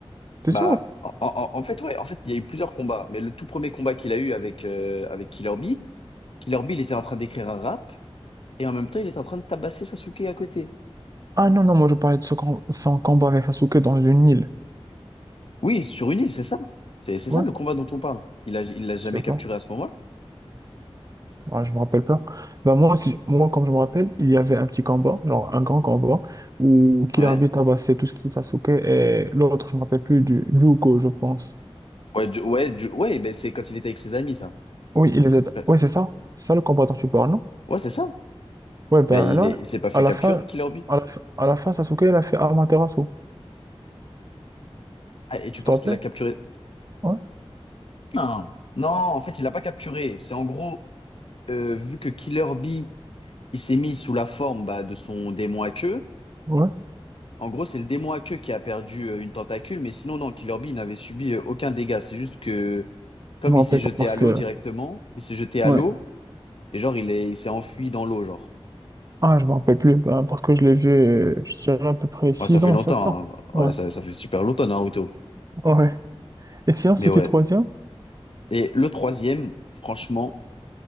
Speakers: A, on the right; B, on the left.
A: T'es
B: Bah,
A: sûr?
B: en, en- en fait, ouais, en fait, il y a eu plusieurs combats, mais le tout premier combat qu'il a eu avec, euh, avec Killer Bee, Killer Bee, il était en train d'écrire un rap, et en même temps, il était en train de tabasser Sasuke à côté.
A: Ah non, non, moi je parlais de ce com- son combat avec Sasuke dans une île.
B: Oui, sur une île, c'est ça. C'est c'est
A: Ouais,
B: ça le combat dont on parle. Il a, il l'a jamais
A: je sais pas.
B: capturé à ce moment-là.
A: Ouais, je me rappelle pas. Bah moi, si, moi, comme je me rappelle, il y avait un petit combat, genre un grand combat, où Kilabi
B: Ouais.
A: tabassait tout ce qui est Sasuke et l'autre, je me rappelle plus, du Jugo, je pense.
B: Ouais, Ju- ouais, Ju- ouais, ben c'est quand il était avec ses amis, ça.
A: Oui, il les aide.
B: Ben,
A: Oui, c'est ça. C'est ça le combat dont tu parles, non?
B: Ouais, c'est ça.
A: Ouais, ben
B: Mais il
A: là,
B: est, il s'est pas fait
A: à la
B: capturer,
A: fin,
B: Killer Bee.
A: à la fin, à la fin, Sasuke, il a fait Amaterasu.
B: Ah, et tu
A: Tu
B: penses
A: te rappelles?
B: qu'il l'a capturé?
A: Ouais,
B: Non. Non, en fait, il l'a pas capturé. C'est en gros, euh, vu que Killer Bee, il s'est mis sous la forme bah, de son démon à queue,
A: ouais.
B: En gros, c'est le démon à queue qui a perdu euh, une tentacule, mais sinon, non, Killer Bee il n'avait subi euh, aucun dégât. C'est juste que, comme
A: Je me
B: il
A: rappelle
B: s'est jeté
A: pas parce
B: à
A: que.
B: l'eau directement, il s'est jeté à
A: Ouais.
B: l'eau, et genre, il est, il s'est enfui dans l'eau, genre.
A: Ah, je me rappelle plus. Ben, parce que je l'ai vu, euh, je dirais à peu près 6
B: Ouais, ça fait
A: ans,
B: longtemps,
A: 7 ans.
B: hein. Ouais,
A: Ouais,
B: ça, ça fait super longtemps, Naruto.
A: ouais. Et sinon,
B: Mais
A: c'est
B: ouais.
A: qui troisième?
B: Et le troisième, franchement,